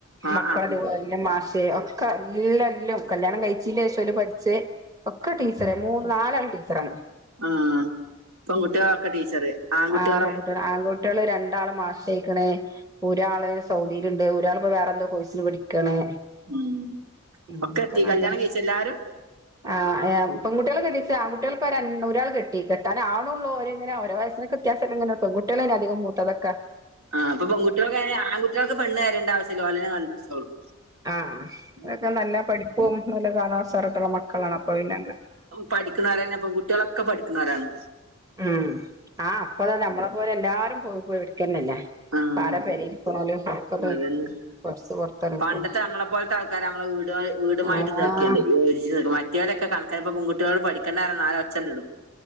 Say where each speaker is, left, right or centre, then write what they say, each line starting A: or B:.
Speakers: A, on the right; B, on the right.
A: ആഹ്
B: മക്കളതുപോല
A: ആഹ്
B: ല്ല മാഷേ ഒക്കെ എല്ലല്ലോ കല്യാണം കഴിച്ചില്ലേ ക്ഷെ ഓര് പഠിച്ച് ഒക്കെ ടീച്ചറെ മൂന്ന് നാലാള് ടീച്ചറാണ്
A: ആഹ് പെൺകുട്ടികളൊക്കെ ടീച്ചറ് ആൺകുട്ടികളെ
B: ആഹ് പെങ്കുട്ട്യോള് ആങ്കു ട്ട്യോള് രണ്ടാള് മാഷായിക്കണ് ഒരാള് സൗദീലുണ്ട് ഒരാളിപ്പോ വേറെന്തോ കോഴ്സിന് പഠിക്കണ്
A: ഉം
B: ഊം ഒക്കെ
A: എത്തി
B: നല്ലത്
A: കല്യാണം കഴിച്ച എല്ലാരും
B: ആഹ് ആഹ് പെങ്കുട്ടികളെ കെട്ടിച്ചാങ്കു കുട്ടികളിപ്പ രൺ ഒരാള് കെട്ടി കെട്ടാനാണുള്ളോരിങ്ങനെ ഓരോ വയസിനക്ക് വ്യത്യാസ ഇങ്ങനെ പെങ്കുകുട്ടികളല്ലേ അധികം മൂത്തതെക്ക
A: ആഹ് ഇപ്പ പെങ്കുകുട്ടികൾക്കങ്ങിനെ ആങ്കുട്ടികക്ക് പെണ്ണ് തരണ്ടാവശ്യല്ല ഓലന്നെ കണ്ടുടിച്ചോളും
B: ആഹ് അതക്കെ നല്ല പഠിപ്പും നല്ല കാണാൻ ശോറക്കെള്ള മക്കളാണ് അപ്പൊ പിന്നെ അങ്ങന
A: പഠിക്കണോരന്നെ പെൺകുട്ടികളൊക്കെ പഠിക്കണോരാണ്
B: ഉം ആഹ് അപ്പോളന്നെ നമ്മളെ പോലെ എല്ലാരും പോയി പോയി പഠിക്കന്നല്ലേ
A: ആഹ്
B: ഇപ്പാര പെരെലിരിക്കണോല് <unintelligible>
A: അതന്നെ
B: കൊറച്ച് പൊറത്താണ് ഇപ്പം
A: പണ്ടത്തെ നമ്മളെ പോലത്തെ ആൾക്കാരമ്മള് വീട് വീടുമായിട്ട്
B: ആഹ്
A: ഇതാക്കിയുണ്ട് <unintelligible> കുട്ടികലൊക്കെ കണക്കാ ഇപ്പ പെങ്കുട്ടികള്പഠിക്കേണ്ട നാല അക്ഷരല്ലേള്ളൂ